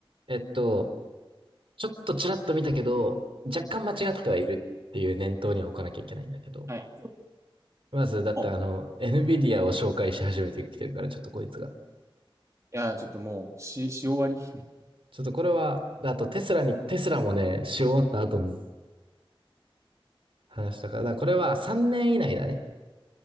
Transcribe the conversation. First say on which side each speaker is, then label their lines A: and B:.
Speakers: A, on the right; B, on the right.
A: えっと、ちょっとちらっと見たけど、若干間違ってはいるっていう念頭には置かなきゃいけないんだけど。
B: はい。
A: まず、だってあの、
B: おい
A: NVIDIA を紹介し始めてきてるから、ちょっとこいつが。
B: や、ちょっともう、し、し終わり。
A: ちょっとこれは、あとテスラに、テスラもね、し終わった後の話だから、だからこれは3年以内だね。